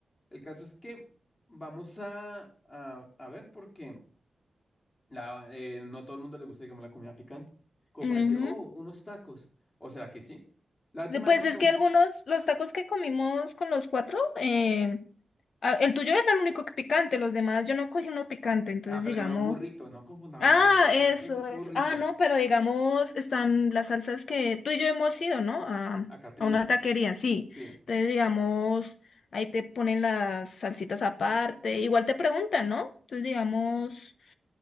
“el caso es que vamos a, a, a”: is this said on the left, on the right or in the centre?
Left